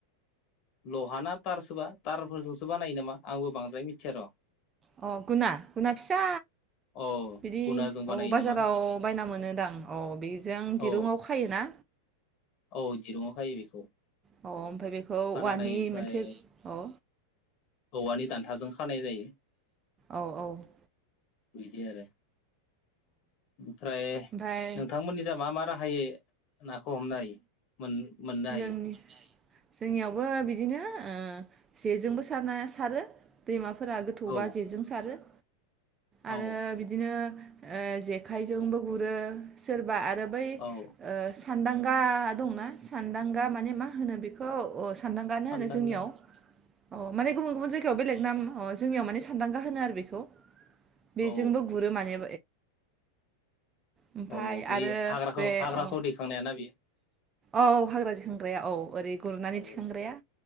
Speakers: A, on the left; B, on the right.
A: लहा ना थारसोबा थारफोरजोंसो बानायो नामा आंबो बांद्राय मिथिया र।
B: अ गुना गुना फिसा
A: औ
B: बिदि
A: गुनाजों बानायो
B: औ बाजाराव
A: नामा
B: बायना मोनोदां औ बेजों दिरुंआव
A: औ
B: खायोना।
A: औ दिरुंआव खायो बेखौ।
B: अ ओमफ्राय बेखौ औवानि
A: खानानै ओमफ्राय
B: मोनसे औ।
A: औवानि दान्थाजों खानाय जायो।
B: औ औ।
A: बिदि आरो। ओमफ्राय
B: ओमफ्राय
A: नोंथांमोननि जा मा मा राहा बाहायो नाखौ हमनो हायो मोन-मोननो हायो?
B: जोंनि जोंनियावबो बिदिनो ओ जेजोंबो सारना सारो दैमा फोरफोरा गोथौबा
A: औ
B: जेजों सारो। आरो
A: औ
B: बिदिनो ओ जेखायजोंबो गुरो सोरबा आरो बै
A: औ
B: ओ <unintelligible> गा दं ना सान्दांगा माने मा होनो बेखौ अ सानदांगानो
A: सानदांगा
B: होनो जोंनियाव अ माने गुबुन-गुबुन जायगायाव बेलेग नाम अ जोंनियाव माने सानदांगा होनो आरो बेखौ बेजोंबो
A: औ
B: गुरो माने ओमफाय
A: औ बै
B: आरो
A: हाग्राखौ
B: बे
A: हाग्राखौ
B: अ
A: दैखांनायाना बेयो
B: औ हाग्रा जखांग्राया औ ओरै गुरनानै
A: औ
B: थिखांग्राया